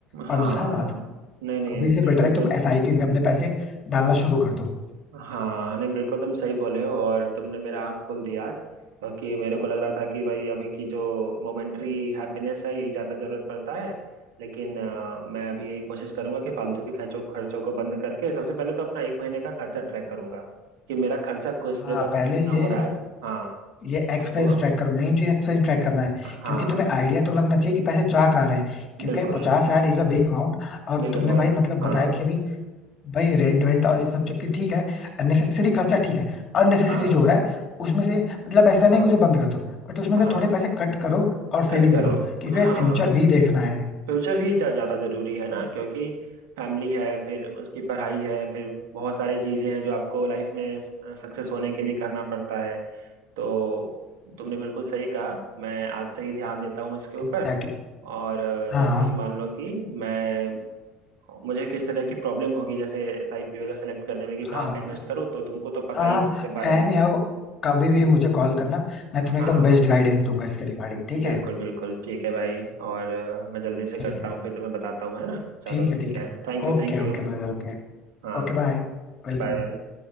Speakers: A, on the left; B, on the right.
A: पंद्रह
B: हाँ
A: साल
B: हाँ
A: बाद
B: नहीं नहीं
A: अभी से
B: बिल्कुल
A: बेटर है कि
B: तुम
A: तुम एसआईपी में अपने पैसे डालना शुरू कर दो
B: हाँ नहीं बिल्कुल तुम सही बोले हो और तुमने मेरा आँख खोल दिया आज क्योंकि मेरे को लग रहा था कि भाई अभी की जो मोमेंट्री हैप्पीनेस है यही ज़्यादा जरूरत पड़ता है लेकिन अ, मैं अभी यही कोशिश करूंगा कि फालतू के खर्चों खर्चों को बंद करके सबसे पहले तो अपना एक महीने का खर्चा ट्रैक करूंगा कि मेरा खर्चा किस
A: हाँ
B: जगह
A: पहले
B: पे कितना
A: ये
B: हो रहा है हाँ
A: ये एक्सपेंस
B: उसको
A: ट्रैक करो मेन चीज एक्सपेंस ट्रैक करना है
B: हाँ
A: क्योंकि तुम्हें आइडिया तो लगना चाहिए कि पैसे जा कहाँ रहे हैं क्योंकि
B: बिल्कुल
A: पचास हजार इज अ बिग अमाउंट और
B: Big
A: तुमने
B: amount
A: भाई मतलब
B: हाँ
A: बताया कि अभी भाई रेंट वेंट और ये सब चक्की ठीक है अननेसेसरी खर्चा ठीक है अननेसेसरी
B: हाँ
A: जो हो रहा है उसमें से मतलब ऐसा नहीं
B: हाँ
A: कि उसे बंद कर दो बट उसमें
B: हाँ
A: से थोड़े पैसे कट करो और सेविंग
B: कट करो
A: करो क्योंकि
B: हाँ
A: फ्यूचर भी देखना है
B: फ्यूचर ही जा ज्यादा जरूरी है ना क्योंकि फैमिली है फिर उसकी पढ़ाई है फिर बहुत सारी चीजें हैं जो आपको लाइफ में सक्सेस होने के लिए करना पड़ता है तो तुमने बिल्कुल सही कहा मैं आज से ही ध्यान देता हूँ इसके ऊपर
A: Exactly exactly.
B: और अ,
A: हाँ
B: जैसे ही मान लो कि मैं मुझे किस तरह की प्रॉब्लम होगी जैसे एसआईपी वगैरह सेलेक्ट करने में कि कहाँ
A: हाँ हाँ
B: पे इन्वेस्ट करूँ तो तुमको तो पता
A: हाँ
B: ही इसके बारे में
A: एनी हाउ कभी भी मुझे कॉल करना मैं तुम्हें
B: हाँ
A: एकदम बेस्ट गाइडेंस दूंगा इसके रिगार्डिंग ठीक
B: बिल्कुल
A: है
B: बिल्कुल ठीक है भाई और अ, मैं जल्दी से
A: ठीक
B: करता
A: है
B: हूँ फिर तुम्हें बताता हूँ है ना चलो
A: ठीक है
B: ठीक
A: ठीक
B: है
A: है
B: थैंक यू
A: Okay
B: थैंक यू
A: okay brother okay
B: हाँ
A: Okay bye Welcome
B: Bye bye